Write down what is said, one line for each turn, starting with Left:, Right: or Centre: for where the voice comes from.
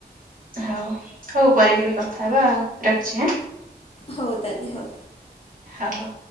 Right: ହଉ, ହଉ ପରେ କେବେ କଥା ହବା ଆଉ? ରଖୁଛିଁ ଆଁ!
Left: ହଉ, ତାଲେ ହଉ।
Right: ହଉ, ହଉ।